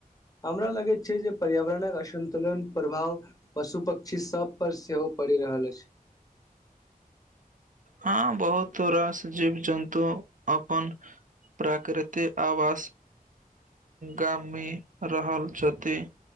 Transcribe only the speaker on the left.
हमरा लगैत छै जे पर्यावरणक असन्तुलन प्रभाव पशु पक्षी सभ पर सेहो पड़ि रहल अछि